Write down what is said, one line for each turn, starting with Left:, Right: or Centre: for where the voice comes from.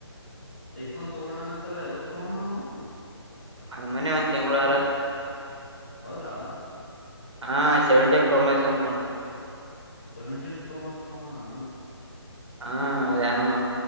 Left: ಐಫೋನ್ ತಗೊಂಡಾನ ಅಂತಲ್ಲ ಯಾವಾಗ ತಗೊಂಡಾನ ಅವಾ.
Right: ಮನ ಮನ್ನೆ ಒಂದ ತಿಂಗಳು ಅಲತ್.
Left: ಹೌದಾ
Right: ಹಾ ಸೆವೆಂಟಿ ಪ್ರೋಮ್ಯಾಕ್ಸ್ ಅಂತ ನೋಡ.
Left: ಸೆವೆಂಟೀನ್ ಪ್ರೋಮ್ಯಾಕ್ಸ್ ತೊಗೊಂಡಾನಾ.
Right: ಹಾ ಯಾನೋ.